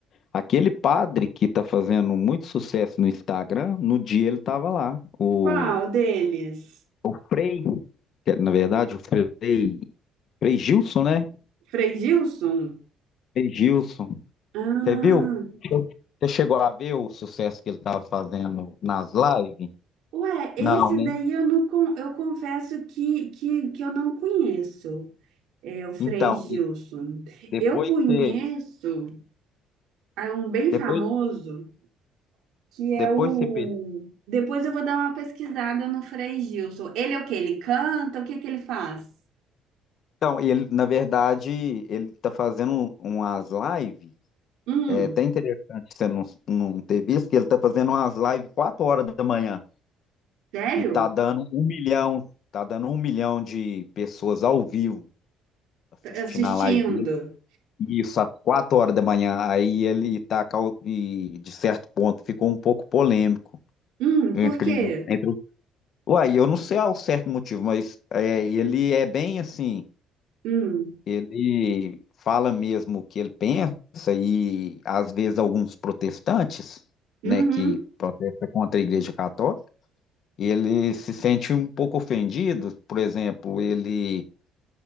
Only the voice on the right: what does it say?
qual deles?
Frei Gilson?
Ah.
Ué, esse
daí eu não con- eu confesso que, que, que eu não conheço, é o Frei
Gilson.
Eu conheço
ah, um bem
famoso que é
o.
Depois eu vou dar uma pesquisada no Frei Gilson. Ele é o quê? Ele canta? O que que ele faz?
Hum,
sério?
Assistindo?
Hum,
por quê?
Hum,
uhum,